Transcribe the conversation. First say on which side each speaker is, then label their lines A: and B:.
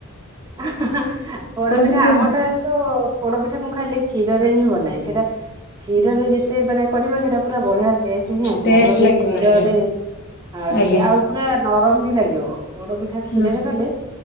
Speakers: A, on the right; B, on the left.
A: ଆ ହାଁ ଆ ପୋଡ
B: ପୋଡପିଠା
A: ପିଠା
B: ଟିକେ
A: ଆମଟା ତ ପୋଡ଼ପିଠା ମୁଁ ଖାଲି କ୍ଷୀରରେ ହିଁ ବନାଏ, ସେଇଟା କ୍ଷୀରରେ ଯେତେ ମାନେ କରିବ ସେଟା ପୁରା ବଢ଼ିଆ ଟେଷ୍ଟ ହିଁ ଆସେ,
B: ଟେଷ୍ଟ
A: ଆମର ମୁଁ
B: ଲାଗିବ
A: କ୍ଷୀରରେ
B: ଆଜ୍ଞା
A: ଆଉ
B: ଆଜ୍ଞା
A: ପୁରା ନରମ ବି ଲାଗିବ, ପୋଡ଼ପିଠା କ୍ଷୀରରେ
B: ହଁ
A: କଲେ